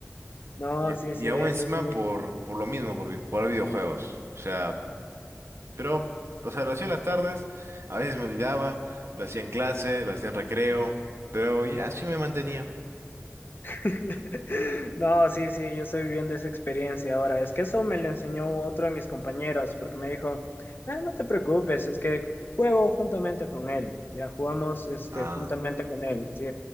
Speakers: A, on the left; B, on the right.
A: No,
B: Y,
A: sí,
B: y
A: sí,
B: aún
A: eso
B: encima
A: es muy
B: por,
A: genial.
B: por lo mismo, por jugar videojuegos. O sea, pero, o sea, lo hacía en las tardes, a veces me olvidaba, lo hacía en clase, lo hacía en recreo, pero ya así me mantenía.
A: <laughs> No, sí, sí, yo estoy viviendo esa experiencia ahora. Es que eso me lo enseñó otro de mis compañeros, porque me dijo, "Ah, no te preocupes, es que juego juntamente con él. Ya jugamos este,
B: Ah,
A: juntamente con él, sí.